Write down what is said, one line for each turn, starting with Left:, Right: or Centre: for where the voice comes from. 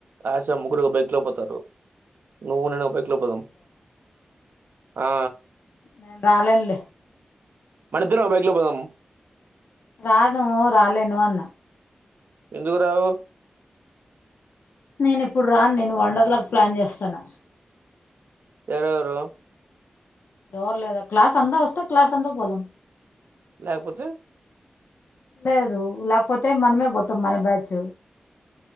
Right: ఆశ ముగ్గురు ఒక బైక్ లో పోతారు. నువ్వు నేను ఒక బైక్ లో పోదాం. ఆ
Left: నేన్ రాలేను లే.
Right: మనిద్దరం ఒక బైక్లో పోదాం.
Left: రానూ రాలేను అన్నా.
Right: ఎందుక్రావూ.
Left: నేన్ ఇప్పుడు రాన్ నేను వండర్ లాక్ ప్లాన్ చేస్తున్న.
Right: ఎవరెవరూ.
Left: ఎవరు లేదా క్లాస్ అంతా వస్తే క్లాస్ అంతా పోదాం.
Right: లేకపోతే.
Left: లేదూ. లేకపోతే మనమే పోతాం మన బ్యాచు.